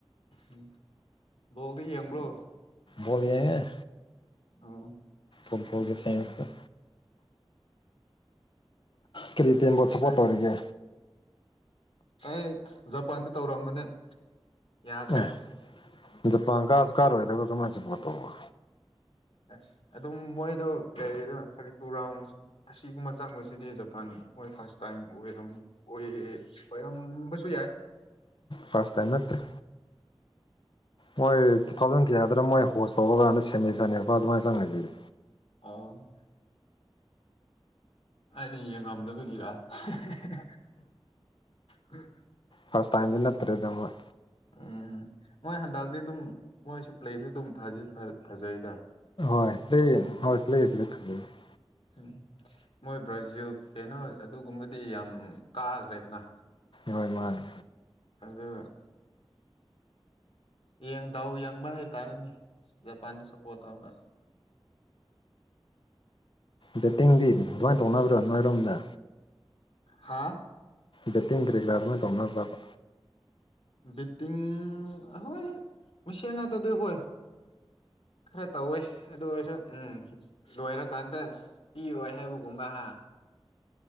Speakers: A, on the left (about 75°); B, on the left (about 60°).
A: ꯎꯝ ꯕꯣꯜꯗꯤ ꯌꯦꯡꯕ꯭ꯔꯣ
B: ꯕꯣꯜ ꯌꯦꯡꯉꯦ
A: ꯎꯝ
B: ꯄꯣꯠꯒꯜꯒ ꯐ꯭ꯔꯦꯟꯆꯀ ꯀꯔꯤ ꯇꯤꯝꯕꯣ ꯁꯞꯄꯣꯔꯠ
A: ꯑꯩ
B: ꯇꯧꯔꯤꯒꯦ
A: ꯑꯩ ꯖꯄꯥꯟꯗ ꯇꯧꯔꯝꯕꯅꯦ ꯌꯥꯗ꯭ꯔꯦ
B: ꯑꯦ ꯖꯄꯥꯟ ꯀꯥꯁꯨ ꯀꯥꯔꯣꯏꯗꯕ ꯀꯃꯥꯏ ꯁꯄꯣꯠ ꯇꯧꯕ
A: ꯑꯁ ꯑꯗꯨꯝ ꯃꯣꯏꯗꯣ ꯂꯩꯗꯅ ꯊꯥꯔꯇꯤ ꯇꯨ ꯔꯥꯎꯟ ꯑꯁꯤꯒꯨꯝꯕ ꯆꯪꯕꯁꯤꯗꯤ ꯖꯄꯥꯟ ꯃꯣꯏ ꯐꯥꯔꯁ ꯇꯥꯏꯝ ꯑꯣꯏꯔꯝꯃꯤ ꯑꯣꯏꯌꯦ ꯑꯣꯏꯔꯝꯕꯁꯨ ꯌꯥꯏ
B: ꯐꯥꯔꯁꯠ ꯇꯥꯏꯝ ꯅꯠꯇꯦ ꯃꯣꯏ ꯇꯨ ꯊꯥꯎꯖꯟ ꯀꯌꯥꯗꯔ ꯃꯣꯏ ꯍꯣꯁ ꯇꯧꯕ ꯀꯥꯟꯗ ꯁꯦꯃꯤꯐꯥꯏꯅꯦꯜ ꯐꯥꯎ ꯑꯗꯨꯃꯥꯏꯅ ꯆꯪꯉꯤꯗꯨꯗꯤ
A: ꯑꯣ ꯑꯩꯅ ꯌꯦꯡꯉꯝꯗꯕꯒꯤꯔ ꯍꯦ ꯍꯦ ꯍꯦ
B: ꯐꯥꯔꯁ ꯇꯥꯏꯝꯗꯤ ꯅꯠꯇ꯭ꯔꯦꯗ ꯃꯣꯏ
A: ꯎꯝ ꯃꯣꯏ ꯍꯟꯗꯛꯇꯤ ꯑꯗꯨꯝ ꯃꯣꯏꯁꯨ ꯄ꯭ꯂꯦꯗꯤ ꯑꯗꯨꯝ ꯐꯗꯤ ꯐꯖꯩꯗ
B: ꯍꯣꯏ ꯄ꯭ꯂꯦ ꯍꯣꯏ ꯄ꯭ꯂꯦ <unintelligible>
A: ꯎꯝ ꯃꯣꯏ ꯕ꯭ꯔꯥꯖꯤꯜ ꯀꯩꯅꯣ ꯑꯗꯨꯒꯨꯝꯕꯗꯤ ꯌꯥꯝ ꯀꯥꯈ꯭ꯔꯦꯗꯅ
B: ꯍꯣꯏ ꯃꯥꯟꯅꯦ
A: ꯑꯗꯨ ꯌꯦꯡ ꯗꯥꯎ ꯌꯦꯡꯕ ꯍꯥꯏꯇꯥꯥꯔꯦꯅꯦ ꯖꯄꯥꯟꯗ ꯁꯄꯣꯔꯠ ꯇꯧꯔꯒ
B: ꯕꯦꯠꯇꯤꯡꯗꯤ ꯀꯃꯥꯏꯟ ꯇꯧꯅꯕ꯭ꯔꯥ ꯅꯣꯏꯔꯣꯝꯗ
A: ꯍꯥꯥ
B: ꯕꯦꯠꯇꯤꯡ ꯀꯔꯤꯒ꯭ꯔꯥ ꯑꯗꯨꯃꯥꯏ ꯇꯧꯅꯕ꯭ꯔꯕ
A: ꯕꯤꯠꯇꯤꯡ ꯑꯍꯣꯏ ꯃꯁꯦꯟꯉꯥꯛꯇꯗꯤ ꯍꯣꯏ ꯈꯔ ꯇꯧꯋꯦ ꯑꯗꯨ ꯑꯣꯏꯔꯁꯨ ꯎꯝ ꯂꯣꯏꯔꯀꯥꯟꯗ ꯄꯤꯔꯣꯏ ꯍꯥꯏꯕꯒꯨꯝꯕ ꯍꯥ